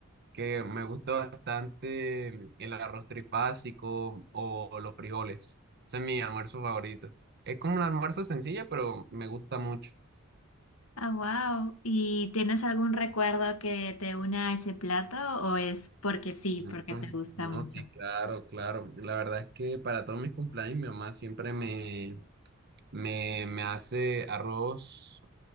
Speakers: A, on the right; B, on the left.
A: que me gusta bastante el arroz trifásico o los frijoles. Ese es mi almuerzo favorito. Es como un almuerzo sencillo, pero me gusta mucho.
B: Ah, wow. ¿Y tienes algún recuerdo que te una a ese plato o es porque sí,
A: Ujú.
B: porque te gusta
A: No,
B: mucho?
A: sí, claro, claro. La verdad es que para todos mis cumpleaños mi mamá siempre me, me, me hace arroz.